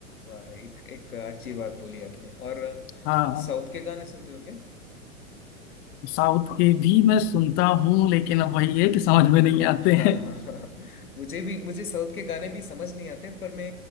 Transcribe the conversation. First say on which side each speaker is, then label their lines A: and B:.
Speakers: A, on the left (about 90°); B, on the left (about 25°).
A: वाह एक एक अच्छी बात बोली आपने और
B: हाँ
A: साउथ के गाने सुनते हो क्या
B: साउथ के भी मैं सुनता हूँ लेकिन अब वही है कि समझ में नहीं आते
A: हाँ
B: हैं
A: हाँ हाँ हाँ। मुझे भी मुझे साउथ के गाने भी समझ नहीं आते पर मैं